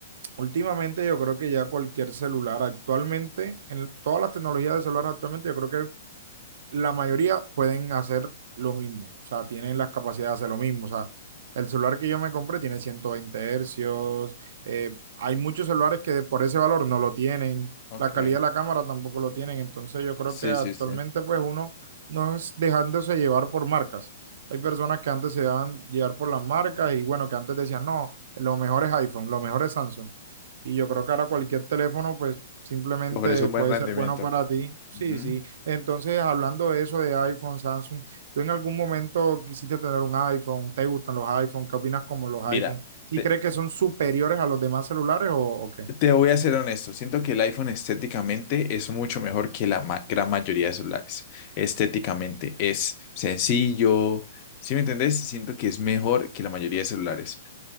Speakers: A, on the right; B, on the left.
A: Últimamente yo creo que ya cualquier celular actualmente, en todas las tecnologías de celular actualmente, yo creo que la mayoría pueden hacer lo mismo, o sea, tienen las capacidades de hacer lo mismo, o sea, el celular que yo me compré tiene 120 hercios, eh, hay muchos celulares que por ese valor no lo tienen,
B: Ok.
A: la calidad de la cámara tampoco lo tienen, entonces yo creo
B: Sí,
A: que actualmente
B: sí, sí.
A: pues uno no es dejándose llevar por marcas. Hay personas que antes se dejaban llevar por las marcas y bueno, que antes decían, no, lo mejor es iPhone, lo mejor es Samsung. Y yo creo que ahora cualquier teléfono pues simplemente
B: Ofrece un
A: puede
B: buen rendimiento.
A: ser bueno para ti. Sí,
B: Ujú.
A: sí. Entonces, hablando de eso de iPhone, Samsung, ¿tú en algún momento quisiste tener un iPhone? ¿Te gustan los iPhone? ¿Qué opinas como los
B: Mira,
A: iPhone? ¿Sí
B: te,
A: crees que son superiores a los demás celulares o, o qué?
B: te voy a ser honesto. Siento que el iPhone estéticamente es mucho mejor que la ma- gran mayoría de celulares. Estéticamente es sencillo. ¿Sí me entendés? Siento que es mejor que la mayoría de celulares.